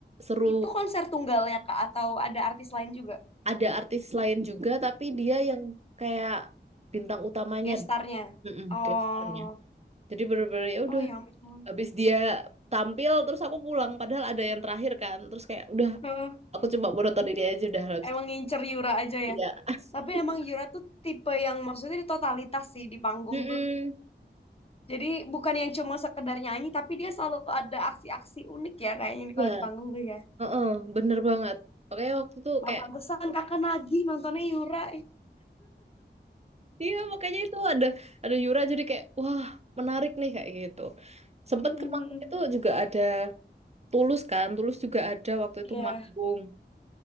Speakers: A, on the right; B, on the left.
A: seru
B: Itu konser tunggalnya Kak atau ada artis lain juga?
A: ada artis lain juga, tapi dia yang kayak bintang utamanya,
B: Gestarnya?
A: Mm-mm,
B: Oh,
A: kayak starnya. Jadi bener-bener ya
B: oh
A: udah,
B: ya ampun.
A: habis dia tampil terus aku pulang. Padahal ada yang terakhir kan, terus kayak udah
B: Heeh,
A: aku coba mau nonton ini aja udah habis.
B: Emang
A: itu.
B: ngincer Yura aja
A: Iya,
B: ya.
A: <laughs>
B: Tapi emang Yura tuh tipe yang maksudnya di totalitas sih di panggung
A: Mm-mm.
B: tuh. Jadi bukan yang cuma sekedar nyanyi, tapi dia selalu ada aksi-aksi unik ya kayaknya
A: Iya,
B: kalau di panggung tuh ya.
A: Heeh, bener banget. Oke, waktu itu
B: Nah,
A: kayak
B: pantesan kakak nagih nontonnya Yura.
A: Iya, makanya itu ada ada Yura jadi kayak wah, menarik nih kayak gitu. Sempet
B: <laughs>
A: kemarin itu juga ada Tulus kan, Tulus juga ada waktu itu
B: Iya.
A: manggung.